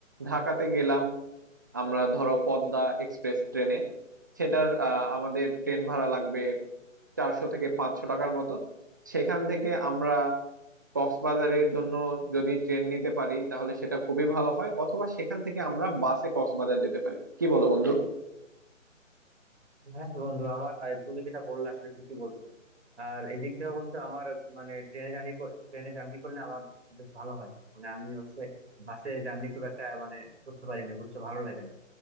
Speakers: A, on the right (about 15°); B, on the right (about 55°).
A: ঢাকাতে গেলাম আমরা ধরো পদ্মা এক্সপ্রেস ট্রেনে সেটার আহ, আমাদের ট্রেন ভাড়া লাগবে চারশো থেকে পাঁচশো টাকার মতো সেখান থেকে আমরা কক্সবাজারের জন্য যদি ট্রেন নিতে পারি তাহলে সেটা খুবই ভালো হয় অথবা সেখান থেকে আমরা বাসে কক্সবাজার যেতে পারি কি বলো বন্ধু
B: হ্যাঁ বন্ধু আমার আহ, তুমি যেটা বললে আসলে ঠিকই বলছো আর এদিক দিয়ে অবশ্য আমার মানে ট্রেনে জার্নি ট্রেনে জার্নি করলে আমার বেশ ভালো হয় মানে আমি হচ্ছে বাসে জার্নি খুব একটা মানে করতে পারি না বুঝছো ভালো লাগে না